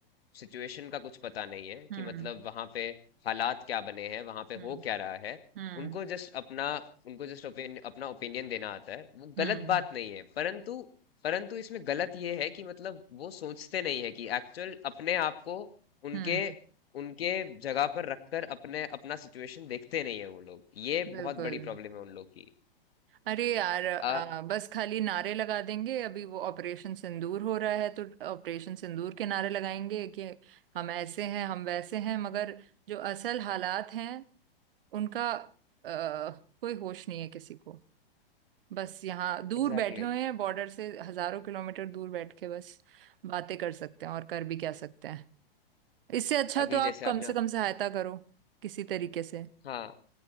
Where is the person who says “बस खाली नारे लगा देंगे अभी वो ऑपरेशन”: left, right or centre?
Right